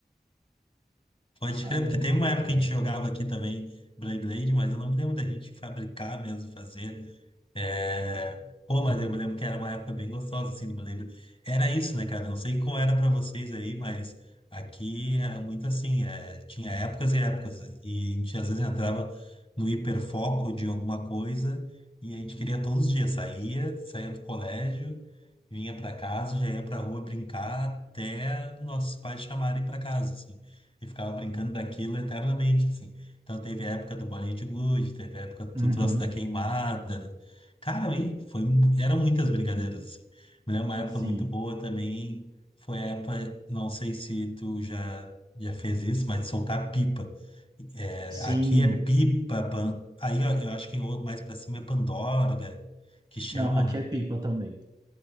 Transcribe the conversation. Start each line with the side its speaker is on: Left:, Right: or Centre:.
Left: Pode
Right: Ah,
Left: crer,
Right: era
Left: porque
Right: muito
Left: teve uma época
Right: bom.
Left: que a gente jogava aqui também Beyblade, mas eu não me lembro da gente fabricar mesmo, fazer. É... Pô, mas eu me lembro que era uma época bem gostosa, assim, do Beyblade. Era isso, né, cara? Não sei como era pra vocês aí, mas aqui era muito assim, é... tinha épocas e épocas, e a gente às vezes entrava no hiperfoco de alguma coisa e a gente queria todos os dias, saía, saía do colégio, vinha pra casa, já ia pra rua brincar até nossos pais chamarem pra casa, assim. E ficava brincando daquilo eternamente, assim. Então teve a época do bolinho de gude, teve a época que
Right: Uhum.
Left: tu trouxe da queimada. Cara, aí foi, eram muitas brincadeiras, assim. Me lembro uma época
Right: Sim.
Left: muito boa também, foi a época, não sei se tu já, já fez isso, mas de soltar pipa. É,
Right: Sim.
Left: aqui é pipa, pan- aí ó, eu acho que em outro- mais pra cima é pandorga, que chamam,
Right: Não, aqui
Left: né?
Right: é pipa também.